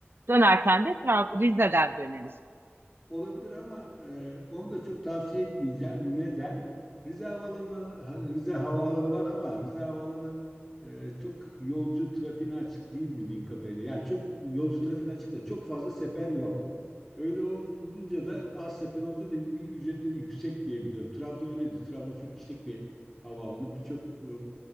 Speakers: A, on the right (about 55°); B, in the centre.
A: dönerken de Tra- Rize'den döneriz.
B: olabilir ama e, onu da çok tavsiye etmeyeceğim. Neden? Rize Havaalanı ha, Rize Havaalanı var ama Rize Havaalanı e, çok yolcu trafiğine açık değil bildiğim kadarıyla. Yani çok yolcu trafiğine açık da çok fazla sefer yok. Öyle olunca da az sefer olunca da ücretleri yüksek diye biliyorum. Trabzon öyledir. Trabzon çok işlek bir havaalanı. Birçok e,